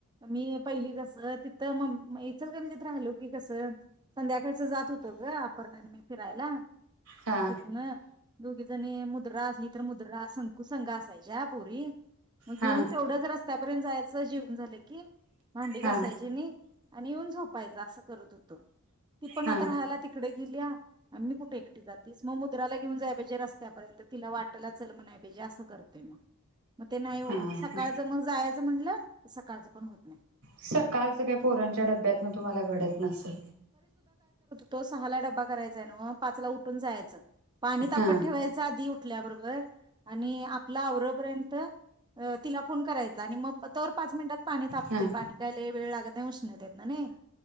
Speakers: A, on the right; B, on the right.
A: मी पहिली कस तिथं म म्मी चलगलीत राहिलो की कसं संध्याकाळचं जात होतं ग अपर्णा आणि मी फिरायला
B: हा
A: तितन दोघीच जणी मुद्रा असली तर मुद्रा, संकु संघ असायच्या पोरी मग घेऊन
B: हा
A: रस्त्यापर्यंत जायचं जेवून झालं की, भांडी घासायचीनी
B: हा
A: आणि येऊन झोपायचं असं करत होतो. ती पण
B: हा
A: आता राहायला तिकडे गेलीया आणि मी कुठ एक एकटी जातेस म मुद्राला घेऊन जाय पाहिजे रस्त्यापर्यंत त तिला वाटला चल म्हणया पाहिजे असं करतोय म म ते नाही होत.
B: हा हा
A: सकाळच म जायाचं म्हणलं सकाळचं पण होत नाय.
B: सकाळचं काही पोरांच्या डब्यातन तुम्हाला घडत नसल.
A: तो सहाला डबा करायचाय नव्ह, पाचला उठून जायांच. पाणी तापत
B: हा
A: ठेवायचं आधी उट उठल्याबरोबर आणि आपल आवरपर्यंत अ तिला फोन करायचा आणि मग तोवर पाच मिनिटात पाणी तापतय
B: हा
A: पाणी काय लय वेळ लागत उष्णतेतना नाय